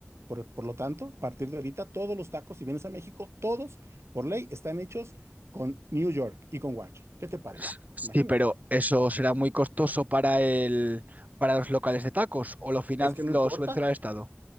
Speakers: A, on the right; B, on the right.
A: Por, por lo tanto, a partir de ahorita, todos los tacos, si vienes a México, todos, por ley, están hechos con New York y con wagyu. ¿Qué te parece?
B: S- Sí,
A: Imagina.
B: pero eso será muy costoso para el, para los locales de tacos o lo finan-
A: Es que no
B: lo
A: importa.
B: subvenciona el Estado.